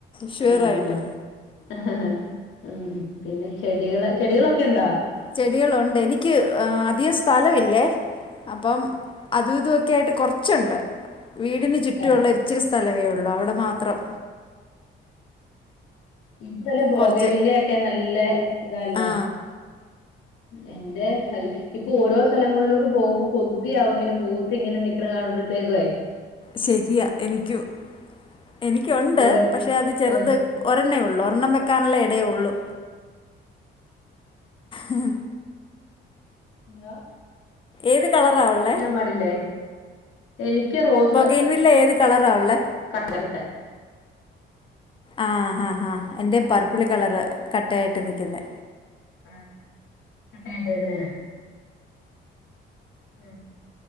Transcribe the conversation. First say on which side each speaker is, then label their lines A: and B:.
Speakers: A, on the left; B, on the left.
A: ഷുവറായിട്ട്.
B: ആഹ് ആഹ് ഉം പിന്നെ ചെടികൾ ചെടികളൊക്കെ ഉണ്ടോ
A: ചെടികളുണ്ട് എനിക്ക് അധികം സ്ഥലമില്ലേ അപ്പം അതും ഇതൊക്കെ ആയിട്ട് കുറച്ചുണ്ട് വീടിന് ചുറ്റുമുള്ള
B: ഇല്ല
A: ഇരിച്ചിരി സ്ഥലമേ ഉള്ളൂ അവിടെ മാത്രം.
B: ഇപോ ബോഗവില്ലൊക്കെ
A: കുറച്ച്
B: നല്ല ഇതാല്ലേ.
A: ആ
B: എന്റെ അത് ഇപ്പൊ ഓരോ സ്ഥലങ്ങൾള്ള്ക്കെ പോമ്പോ കൊതിയാവും ഇങ്ങനെ പൂത്ത് ഇങ്ങനെ നിക്കണ കാണുമ്പഴത്തേക്കെ.
A: ശെരിയാ എനിക്കും എനിക്കൊണ്ട്
B: അതുകൊ
A: പക്ഷെ അത് ചെറുത്
B: ആഹ്
A: ഒരെണ്ണേ ഉള്ളു ഒരെണ്ണം വെക്കാനുള്ള എടെ ഉള്ളൂ. ഹ്.
B: <inaudible>
A: ഏത് കളറ ഒള്ളെ?
B: ഞാൻ പാടില്ലേ എനിക്ക് റോസ്
A: ബൊഗൈൻ വില്ല ഏത് കളറാ ഉള്ളെ?
B: കട്ട കട്ടായിട്ട്
A: ആഹ ഹാ ഹാ എന്റെ പ്പർപ്പിൾ കളർ കട്ടയായിട്ട് നിക്ക്ന്നെ.
B: ആ കട്ടായ്ട്ട്ക്ണെ ആ